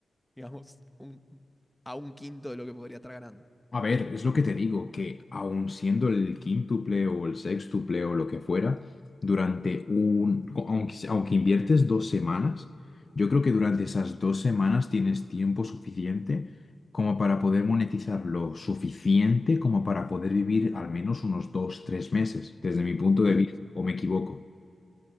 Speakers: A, in the centre; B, on the left.
A: digamos, un- a un quinto de lo que podría estar ganando.
B: A ver, es lo que te digo, que aun siendo el quíntuple o el sextuple o lo que fuera, durante un, aunque, aunque inviertes dos semanas, yo creo que durante esas dos semanas tienes tiempo suficiente como para poder monetizar lo suficiente como para poder vivir al menos unos dos, tres meses, desde mi punto de
A: Hmm.
B: vista, o me equivoco.